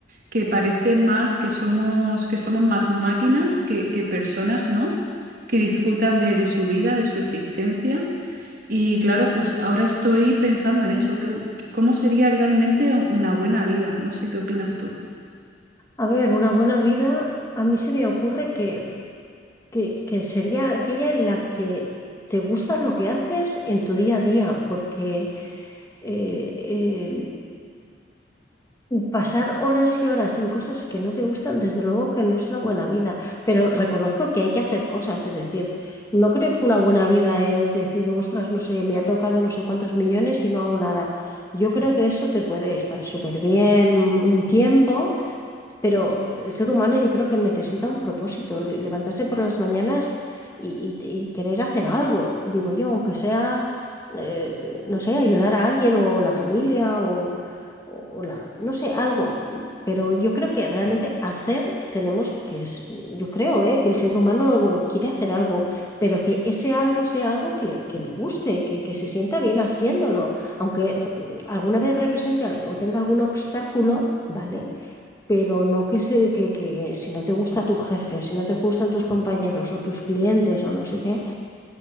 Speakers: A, on the right; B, on the left.
A: que parece más que somos, que somos más máquinas que, que personas, ¿no? Que disfrutan de, de su vida, de su existencia. Y claro, pues ahora estoy pensando en eso, que- ¿cómo sería realmente una buena vida? No sé qué opinas tú.
B: A ver, una buena vida, a mí se me ocurre que, que, que sería aquella en la que te gusta lo que haces en tu día a día, porque eh, Pasar horas y horas en cosas que no te gustan, desde luego que no es la buena vida, pero reconozco que hay que hacer cosas, es decir, no creo que una buena vida es decir, ostras, no sé, me ha tocado no sé cuántos millones y no hago nada. Yo creo que eso te puede estar súper bien un tiempo, pero el ser humano yo creo que necesita un propósito, le- levantarse por las mañanas y, y- y querer hacer algo, digo yo, aunque sea, eh, no sé, ayudar a alguien o la familia o, o la, no sé, algo. Pero yo creo que realmente hacer tenemos que, es- yo creo, eh, que el ser humano lo- quiere hacer algo, pero que ese algo sea algo que le, que le guste, que, que se sienta bien haciéndolo, aunque mm, alguna vez represente o tenga algún obstáculo, ¿vale? pero no que se, que, que si no te gusta tu jefe, si no te gustan tus compañeros o tus clientes o no sé qué,